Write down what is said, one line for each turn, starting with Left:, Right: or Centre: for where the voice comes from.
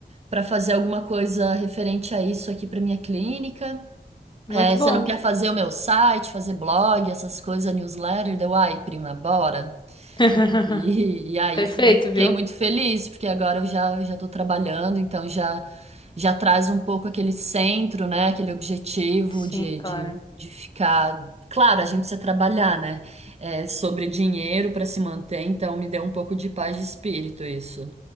Right: para fazer alguma coisa referente a isso aqui para minha clínica.
Left: Muito
Right: É,
Left: bom.
Right: você não quer fazer o meu site, fazer blog, essas coisas, newsletter? Deu, ai, prima, bora.
Left: <laughs>
Right: E, e aí
Left: Perfeito,
Right: foi- fiquei
Left: viu?
Right: muito feliz, porque agora eu já já estou trabalhando, então já já traz um pouco aquele centro, né? Aquele objetivo
Left: Sim,
Right: de,
Left: claro.
Right: de, de ficar. Claro, a gente precisa trabalhar, né? é, sobre dinheiro para se manter, então me deu um pouco de paz de espírito isso.